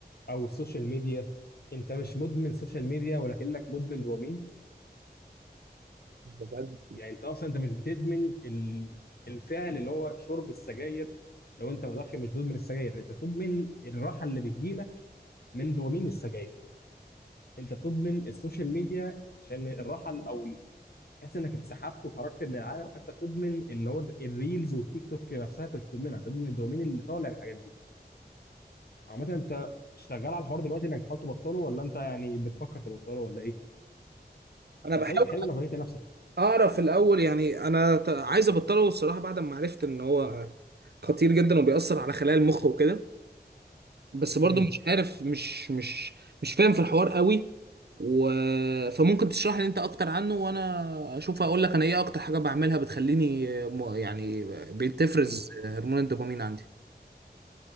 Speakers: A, on the left; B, on the right.
A: او السوشيال ميديا انت مش مدمن سوشيال ميديا ولكنك مدمن دوبامين
B: بجد
A: يعني انت اصلا انت مش بتدمن ال- الفعل اللي هو شرب السجاير لو انت مدخن مش بتدمن السجاير انت بتدمن الراحه اللي بتجيلك من دوبامين السجاير انت بتضمن السوشيال ميديا عشان الراحه ال- او ال- تحس انك اتسحبت وخرجت من العالم فانت بتضمن اللي هو الريلز والتيك توك نفسها انت مش بتضمنها بتضمن الدومين اللي طالع من الحاجات دي عامه انت شغال على الحوار دلوقتي انك تحاول تبطله ولا انت يعني بتفكر تبطله ولا ايه؟
B: انا
A: طب
B: بحاول
A: حلو حلو انك وجهت نفسك
B: اعرف الاول يعني انا ت- عايز ابطله الصراحه بعد ما عرفت ان هو خطير جدا وبيأثر على خلايا المخ وكده بس برضو
A: مم.
B: مش عارف مش مش مش فاهم في الحوار قوي و... فممكن تشرح لي انت اكتر عنه وانا اشوف اقول لك انا ايه اكتر حاجه بعملها بتخليني م- يعني بتفرز
A: مم.
B: هرمون الدوبامين عندي